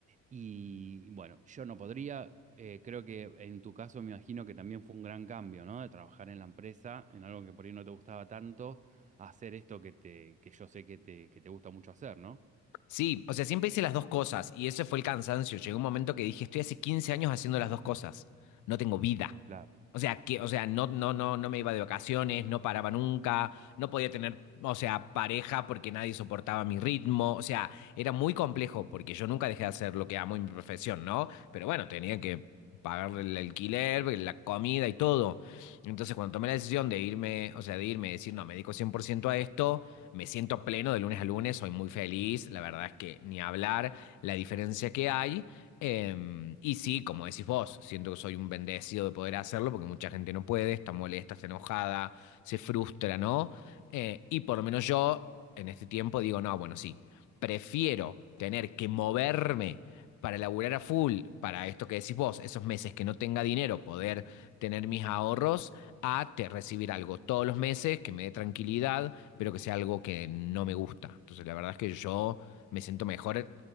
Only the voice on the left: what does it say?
Sí, o sea, siempre hice las dos cosas y ese fue el cansancio. Llegó un momento que dije, estoy hace 15 años haciendo las dos cosas. No tengo vida.
O sea, que, o sea, no, no, no, no me iba de vacaciones, no paraba nunca, no podía tener, o sea, pareja porque nadie soportaba mi ritmo. O sea, era muy complejo porque yo nunca dejé de hacer lo que amo y mi profesión, ¿no? Pero bueno, tenía que pagar el alquiler, pues, la comida y todo. Entonces, cuando tomé la decisión de irme, o sea, de irme, decir, no, me dedico 100% a esto. Me siento pleno de lunes a lunes, soy muy feliz, la verdad es que ni hablar la diferencia que hay. Eh, y sí, como decís vos, siento que soy un bendecido de poder hacerlo porque mucha gente no puede, está molesta, está enojada, se frustra, ¿no? Eh, y por lo menos yo en este tiempo digo, no, bueno, sí, prefiero tener que moverme para laburar a full, para esto que decís vos, esos meses que no tenga dinero, poder tener mis ahorros, a te- recibir algo todos los meses que me dé tranquilidad, pero que sea algo que no me gusta. Entonces, la verdad es que yo me siento mejor